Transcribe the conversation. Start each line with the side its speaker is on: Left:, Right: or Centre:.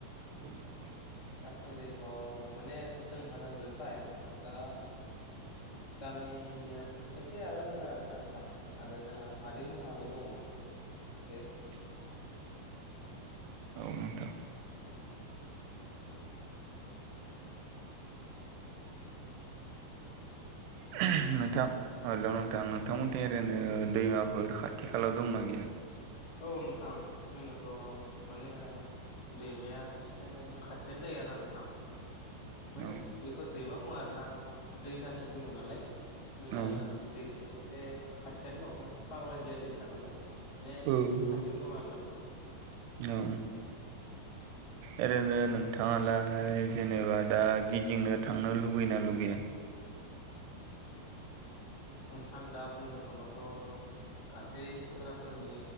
Right: <unintelligible>
Left: दासान्दैथ' माने जोंहाना जोबबाय दा गामिनिया माने एसे आलदा दं आरोना नोंथां आरो जोंहा मादै मोनहाबो दङ एसे।
Right: <inaudible> औ नोंथां <unintelligible> नोंथां हेल' नोंथां नोंथां मोननिथथिं ओरैनो दैमाफोर खाथि-खालायाव दंना गैया?
Left: औ नोंथां जोंनाथ' माने दैमाया एसे खाथि थियानो जायो आरोना नोंथां। माने
Right: औ
Left: बेखौ दैमा बुङा आरो ना नोंथां दैसासो बुङो नालाय। जोंना
Right: औ
Left: दैसा एसे खाथियानो दं माने पाग्लादिया दैसा नालाय। बे
Right: उम उम
Left: खाथियावनो दं आरोना नोंथां
Right: औ ओरैनो नोंथां। नोंथाङालाय जेनेबा दा गिदिंनो थांनो लुगैना लुगैया?
Left: नोंथां दा बुंनो थांबाथ' गासै सेंग्राफोरनि